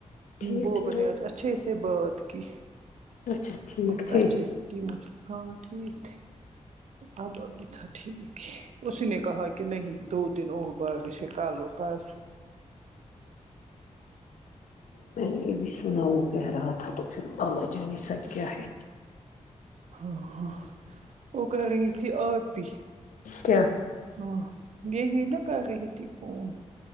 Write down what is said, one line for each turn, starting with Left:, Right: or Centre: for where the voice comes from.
Left: ٹھیک
Right: گوبر
Left: تھے وہ
Right: نے آج اچھے سے بات کی
Left: اچھا ٹھیک
Right: بہت
Left: تھے
Right: اچھے سے مجب ہاں ٹھیک ت اب آب تھا ٹھیک اس نے کہا کہ نہیں دو دن ہو باغشے کالو پاسو
Left: میں نے یہ بھی سنا وہ کہہ رہا تھا تو شھر اللہ جانی ست کیا ہے
Right: ہاں ہ وہ کر رہی تھی آپ بھی
Left: کیا
Right: ہاں یہ ہی نہا گ رہ ہی تھی فون